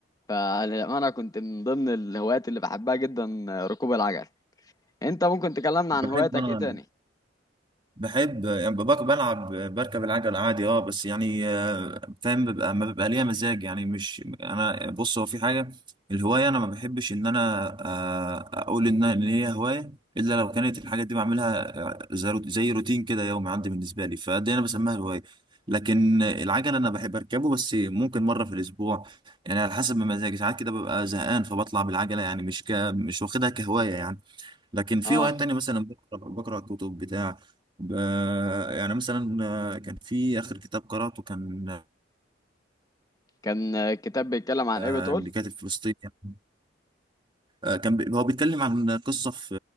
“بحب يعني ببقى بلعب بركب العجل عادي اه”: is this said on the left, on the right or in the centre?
Right